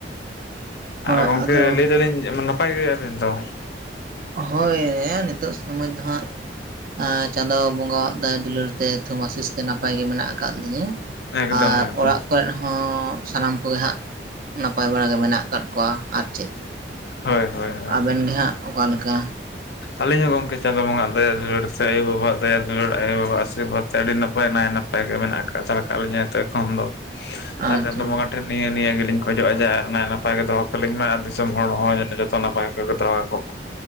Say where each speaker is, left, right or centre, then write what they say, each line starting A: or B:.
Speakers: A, on the right; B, on the left.
A: ᱦᱳᱭ
B: ᱟᱨ ᱜᱚᱝᱠᱮ
A: ᱟᱫᱚ
B: ᱞᱟᱹᱭ ᱫᱟᱞᱤᱧ ᱱᱟᱯᱟᱭ ᱜᱮᱭᱟ ᱵᱤᱱ ᱛᱚ?
A: ᱦᱳᱭ ᱱᱤᱛᱳᱜ ᱥᱚᱢᱚᱭ ᱫᱚ ᱦᱟᱸᱜ ᱾ ᱪᱟᱸᱫ ᱵᱚᱸᱜᱟᱣᱟᱜ ᱫᱟᱭᱟ ᱫᱩᱞᱟᱹᱲ ᱛᱮ ᱛᱷᱩᱢ ᱟᱥᱤᱡ ᱛᱮ ᱱᱟᱯᱟᱭ ᱜᱮ ᱢᱮᱱᱟᱜ ᱟᱠᱟᱫ ᱞᱤᱧᱟᱹ ᱾
B: ᱮᱠᱫᱚᱢ
A: ᱟᱨ
B: ᱮᱠᱫᱚᱢ
A: ᱚᱲᱟᱜ ᱠᱚᱨᱮᱜ ᱦᱚᱸ ᱥᱟᱱᱟᱢ ᱠᱚᱜᱮ ᱦᱟᱸᱜ ᱱᱟᱯᱟᱭ ᱵᱟᱲᱟ ᱜᱮ ᱢᱮᱱᱟᱜ ᱟᱠᱟᱫ ᱠᱚᱣᱟ ᱟᱨ ᱪᱮᱫ᱾
B: ᱦᱳᱭ ᱦᱳᱭ ᱦᱳᱭ
A: ᱟᱵᱮᱱ ᱜᱮ ᱦᱟᱸᱜ ᱚᱠᱟᱞᱮᱠᱟ?
B: ᱟᱹᱞᱤᱧ ᱦᱚᱸ ᱜᱚᱢᱠᱮ ᱪᱟᱸᱫᱳ ᱵᱚᱸᱜᱟᱜ ᱫᱟᱭᱟ ᱫᱩᱞᱟᱹᱲ ᱥᱮ ᱟᱭᱳᱼᱵᱟᱵᱟᱣᱟᱜ ᱫᱟᱭᱟ ᱫᱩᱞᱟᱹᱲ ᱟᱭᱳᱼᱵᱟᱵᱟᱣᱟᱜ ᱟᱥᱤᱨᱵᱟᱫᱽ ᱛᱮ ᱟᱹᱰᱤ ᱱᱟᱯᱟᱭ ᱱᱟᱭ ᱱᱟᱯᱟᱭ ᱱᱟᱯᱟᱭ ᱜᱮ ᱢᱮᱱᱟᱜ ᱟᱠᱟᱫ ᱦᱟᱛᱟᱲ ᱞᱤᱧᱟᱭ ᱮᱠᱷᱚᱱ ᱫᱚ
A: ᱟᱪᱪᱷᱟ
B: ᱟᱨ ᱪᱟᱸᱫᱳ ᱵᱚᱸᱜᱟ ᱴᱷᱮᱱ ᱱᱤᱭᱟᱹ ᱱᱤᱭᱟᱹ ᱜᱮᱞᱤᱧ ᱠᱷᱚᱡᱚᱜᱼᱟ ᱡᱮ ᱱᱟᱭ ᱱᱟᱯᱟᱭ ᱜᱮ ᱫᱚᱦᱚ ᱠᱟᱹᱞᱤᱧ ᱢᱟᱭ ᱟᱨ ᱫᱤᱥᱚᱢ ᱦᱚᱲ ᱦᱚᱸ ᱡᱮᱱ ᱡᱚᱛᱚ ᱱᱟᱯᱟᱭ ᱜᱮ ᱫᱚᱦᱚ ᱠᱟᱠᱚ ᱢᱟ᱾